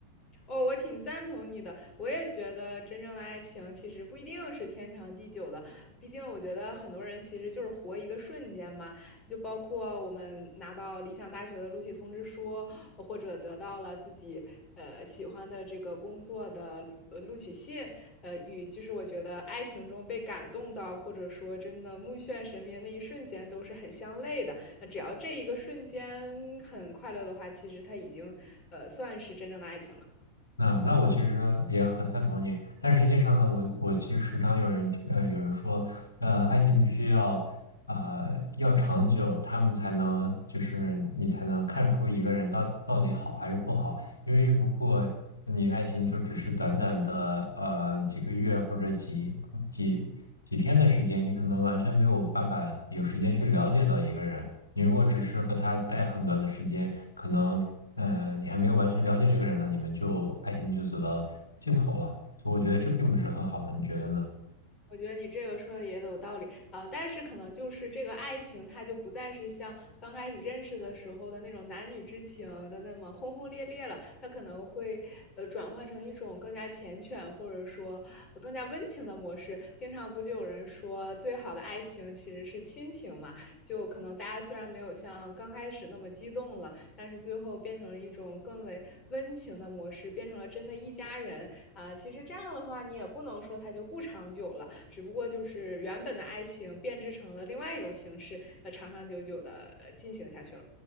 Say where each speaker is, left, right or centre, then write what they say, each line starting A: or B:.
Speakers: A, on the left; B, on the left.
A: 哦，我挺赞同你的，我也觉得真正的爱情其实不一定是天长地久的，毕竟我觉得很多人其实就是活一个瞬间嘛，就包括我们拿到理想大学的录取通知书，或者得到了自己呃喜欢的这个工作的呃录取信，呃，与就是我觉得爱情中被感动到，或者说真的目眩神迷的那一瞬间都是很相类的。那只要这一个瞬间很快乐的话，其实它已经呃算是真正的爱情了。
B: 那那我其实也很赞同你，但实际上呢，我我其实时常有人呃有人说，呃，爱情必须要呃要长久，他们才能就是你才能看出一个人到到底好还是不好，因为如果你爱情就只是短短的呃几个月或者几几几天的时间，你可能完全没有办法有时间去了解到一个人，你如果只是和他待很短的时间，可能。嗯，你还没有完全了解这个人呢，你们就爱情就走到尽头了，所以我觉得这并不是很好的，你觉得呢？
A: 我觉得你这个说的也有道理啊，但是可能就是这个爱情，它就不再是像刚开始认识的时候的那种男女之情的那么轰轰烈烈了，它可能会呃转换成一种更加缱绻或者说呃更加温情的模式。经常不就有人说，最好的爱情其实是亲情嘛？就可能大家虽然没有像刚开始那么激动了，但是最后变成了一种更为温情的模式，变成了真的一家人啊。其实这样的话，你也不能说它就不长久了，只不过就是原本的爱情变质成了另外一种形式，呃，长长久久的进行下去了。